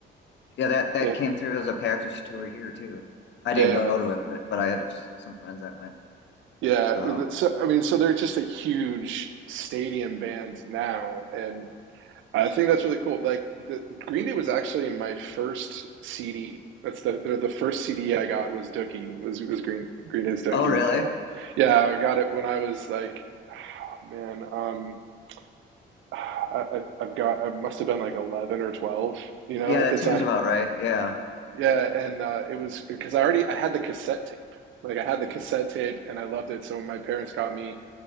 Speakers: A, on the left; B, on the right.
A: Yeah, that that
B: Yeah,
A: came through as a package tour here too. I
B: yeah.
A: didn't go to it, but but I had s- some friends that went.
B: Yeah,
A: Oh.
B: so I mean, so they're just a huge stadium band now, and I think that's really cool. Like the Green Day was actually my first CD. That's the the, the first CD I got was Dookie was was Green Green Day's Dookie.
A: Oh really?
B: Uh, yeah, I got it when I was like, oh, man, um, <sighs> I, I I've got I must have been like 11 or 12, you know,
A: Yeah,
B: at
A: that
B: the time.
A: seems about right. Yeah.
B: Yeah, and uh, it was because I already I had the cassette tape. Like I had the cassette tape and I loved it. So when my parents got me.